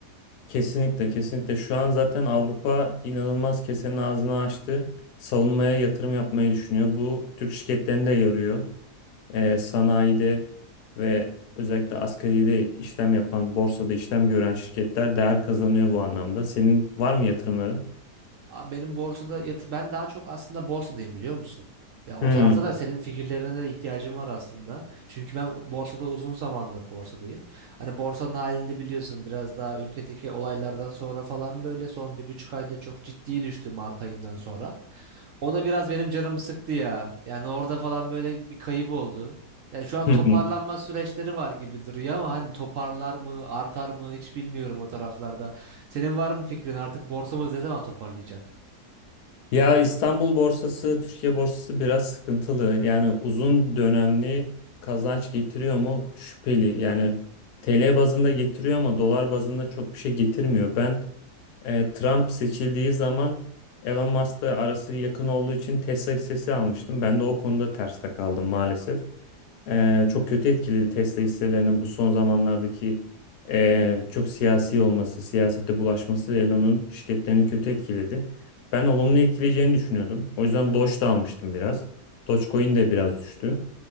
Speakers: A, on the left (about 75°); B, on the right (about 65°).
A: Kesinlikle kesinlikle şu an zaten Avrupa inanılmaz kesenin ağzını açtı. Savunmaya yatırım yapmayı düşünüyor. Bu Türk şirketlerine de yarıyor. Ee, sanayide ve özellikle asgaride işlem yapan, borsada işlem gören şirketler değer kazanıyor bu anlamda. Senin var mı yatırımların?
B: Abi benim borsada yatı ben daha çok aslında borsadayım biliyor musun? Ya o
A: Hmm.
B: tarafta da senin fikirlerine de ihtiyacım var aslında. Çünkü ben borsada uzun zamandır borsadayım. Hani borsanın halini de biliyorsun biraz daha ülkedeki olaylardan sonra falan böyle son bir buçuk ayda çok ciddi düştü Mart ayından sonra. O da biraz benim canımı sıktı ya. Yani orada falan böyle bir kayıp oldu. Yani şu an
A: <laughs>
B: toparlanma süreçleri var gibi duruyor ama hani toparlar mı, artar mı hiç bilmiyorum o taraflarda. Senin var mı fikrin artık borsamız ne zaman toparlayacak?
A: Ya İstanbul borsası, Türkiye borsası biraz sıkıntılı. Yani uzun dönemli kazanç getiriyor mu? Şüpheli. Yani TL bazında getiriyor ama dolar bazında çok bir şey getirmiyor. Ben e, Trump seçildiği zaman Elon Musk'la arası yakın olduğu için Tesla hissesi almıştım. Ben de o konuda terste kaldım maalesef. Ee, çok kötü etkiledi Tesla hisselerinin bu son zamanlardaki ee, çok siyasi olması, siyasete bulaşması Elon'un şirketlerini kötü etkiledi. Ben olumlu etkileyeceğini düşünüyordum. O yüzden Doge da almıştım biraz. Dogecoin de biraz düştü.